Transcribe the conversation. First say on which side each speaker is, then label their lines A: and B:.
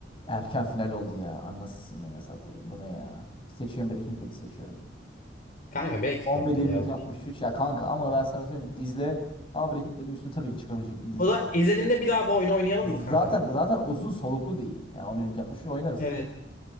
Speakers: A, on the left (about 30°); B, on the left (about 50°).
A: Erken final oldu ya. Anasını ya satayım bunu ya. Seçiyorum Breaking Bad'i seçiyorum.
B: Kanka bir hikmettir
A: 11 22
B: ya bu.
A: 63
B: iş.
A: ya kanka ama ben sana söyleyeyim izle. Ama Breaking Bad'in üstüne tabii ki çıkabilecek bir dizi.
B: O da izlediğimde bir daha bu oyunu oynayalım
A: Zaten
B: mı kanka?
A: zaten uzun soluklu değil. Yani 11 22 63 oynarız.
B: Evet.